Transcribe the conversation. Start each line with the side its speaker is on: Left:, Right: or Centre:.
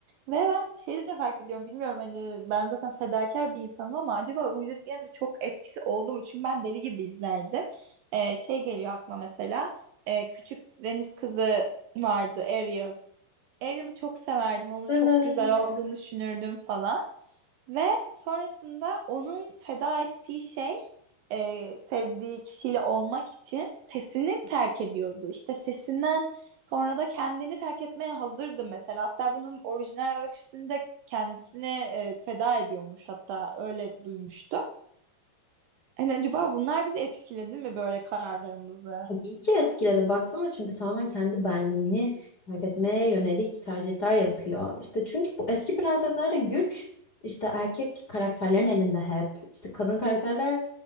Right: Ve ben şeyi de fark ediyorum bilmiyorum hani ben zaten fedakar bir insanım ama acaba bu izlediklerimde çok etkisi oldu mu? Çünkü ben deli gibi izlerdim. Ee, şey geliyor aklıma mesela e, Küçük Deniz Kızı vardı Ariel. Ariel'i çok severdim. Onu
Left: Evet.
Right: çok güzel olduğunu düşünürdüm falan. Ve sonrasında onun feda ettiği şey e, sevdiği kişiyle olmak için sesini terk ediyordu. İşte sesinden sonra da kendini terk etmeye hazırdı mesela. Hatta bunun orijinal öyküsünde kendisine e, feda ediyormuş hatta öyle duymuştum. Hani acaba bunlar bizi etkiledi mi böyle kararlarımızı?
Left: Tabii ki etkiledi. Baksana çünkü tamamen kendi benliğini kaybetmeye yönelik tercihler yapıyor. İşte çünkü bu eski prenseslerde güç işte erkek karakterlerin elinde hep. İşte kadın karakterler